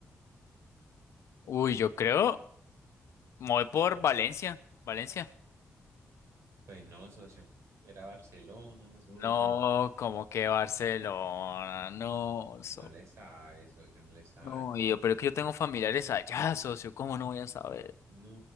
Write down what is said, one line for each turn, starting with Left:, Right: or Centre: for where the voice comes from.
Left: Uy, yo creo, me voy por Valencia. Valencia.
Right: Pues no, socio. Era Barcelona, socio.
Left: No, como que Barcelona, no, so-
Right: No le sabe, socio, no le sabe.
Left: no, y yo, pero es que yo tengo familiares allá, socio, ¿cómo no voy a saber?
Right: No,